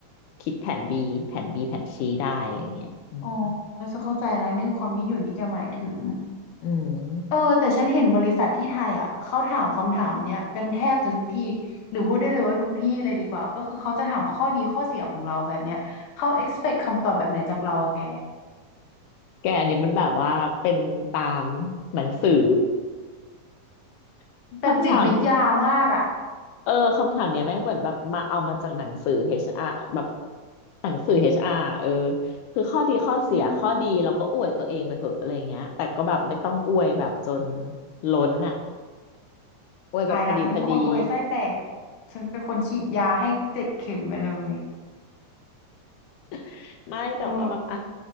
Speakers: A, on the left; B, on the left.
A: คิดแผน B แผน B แผน C ได้อะไรเงี้ยอืม
B: อ๋อจะเข้าใจแล้วนี่คือความยืดหยุ่นที่แกหมายถึง
A: อืม
B: เออแต่ฉันเห็นบริษัทที่ไทยอ่ะเขาถามคำถามเนี้ยกันแทบจะทุกที่หรือพูดได้เลยว่าทุกที่เลยดีกว่าก็คือเขาจะถามข้อดีข้อเสียของเราแบบเนี้ยเขา expect คำตอบแบบไหนจากเราอะแก
A: แกอันนี้มันแบบว่าเป็นตามหนังสือ <laughs>
B: แบบจิตวิทยามากอ่ะ
A: คำถามเออคำถามเนี้ยแม่งเหมือนแบบมาเอามาจากหนังสือเอชอาร์แบบหนังสือเอชอาร์เออคือข้อดีข้อเสียข้อดีเราก็อวยตัวเองไปเหอะอะไรเงี้ยแต่ก็แบบไม่ต้องอวยแบบจน
B: อืม
A: ล้นอ่ะ อวยแบบพอดีพอดี
B: ตายละฉันเป็นคนอวยไส้แตกฉันเป็นคนฉีดยาให้เจ็ดเข็มไปเลย
A: <laughs> ไม่แต่ว่าแบบอ่ะ
B: เออ